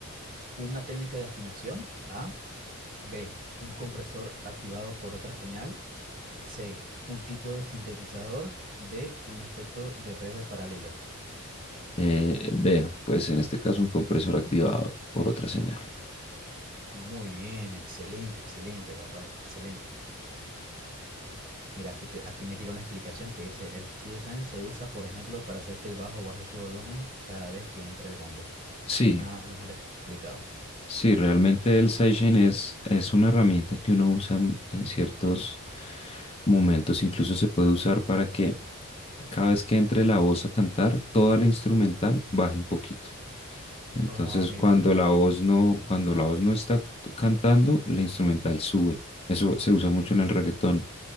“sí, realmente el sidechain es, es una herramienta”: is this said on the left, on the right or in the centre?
Left